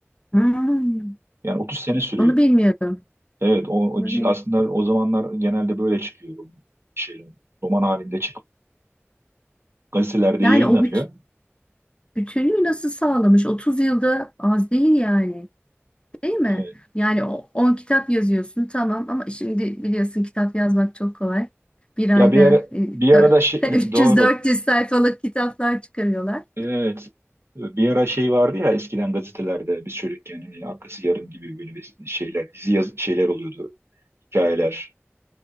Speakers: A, on the left (about 25°); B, on the right (about 60°).
A: Hmm,
B: Yani 30 sene sürüyor.
A: Onu bilmiyordum.
B: Evet o, o
A: Onu
B: c-
A: bilmiyordum.
B: aslında o zamanlar genelde böyle çıkıyor. bu Şey, roman halinde çıkıyor. Gazetelerde
A: Yani
B: yayınlanıyor.
A: o büt- bütünlüğü nasıl sağlamış? 30 yılda az değil yani. Değil mi?
B: Evet.
A: Yani o 10 kitap yazıyorsun tamam ama şimdi biliyorsun kitap yazmak çok kolay. Bir ayda
B: Ya bir ara
A: e,
B: bir
A: dört,
B: arada şey,
A: <laughs> üç
B: <laughs> doğru.
A: yüz dört yüz sayfalık kitaplar çıkarıyorlar.
B: Evet. Bir ara şey vardı ya eskiden gazetelerde biz çocukken hani arkası yarın gibi böyle bir şeyler dizi yaz, şeyler oluyordu. Hikayeler.